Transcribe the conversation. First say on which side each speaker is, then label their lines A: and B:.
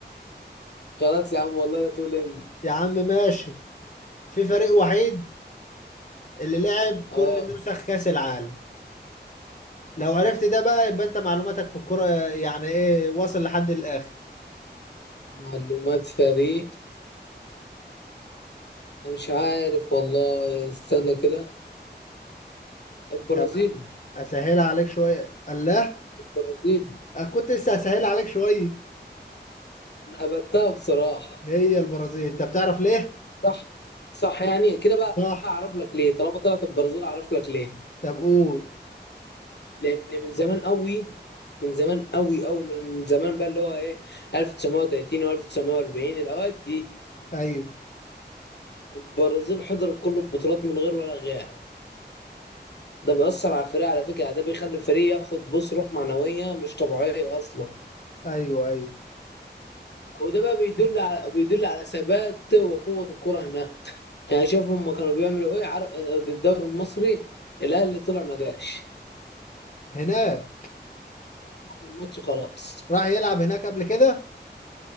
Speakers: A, on the left (about 70°); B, on the left (about 45°).
A: خلاص يا عم والله لا تقول انت
B: يا عم ماشي في فريق وحيد اللي لعب كل
A: اه
B: نسخ كأس العالم لو عرفت ده بقى يبقى انت معلوماتك في الكرة يعني ايه واصل لحد الاخر
A: معلومات فريق انا مش عارف والله استنى كده البرازيل
B: طب اسهلها عليك شوية الله
A: البرازيل
B: أنا كنت لسه هسهلها عليك شوية
A: انا هبتها بصراحة
B: هي البرازيل انت بتعرف ليه
A: صح صح يعني كده بقى
B: صح
A: اعرف لك ليه طالما طلعت البرازيل اعرف لك ليه
B: طب قول
A: لان من زمان قوي من زمان قوي قوي من زمان بقى اللي هو ايه 1930 و1940 الاوقات دي
B: ايوه
A: البرازيل حضرت كل البطولات من غير ولا غياب ده بيأثر على الفريق على فكرة ده بيخلي الفريق ياخد بص روح معنوية مش طبيعية أصلا
B: ايوه ايوه
A: وده بقى بيدل على بيدل على ثبات وقوة الكرة هناك يعني شايف هما كانوا بيعملوا ايه عر... بالدوري المصري الأهلي طلع ما جاش
B: هناك
A: من الماتش خلاص
B: راح يلعب هناك قبل كده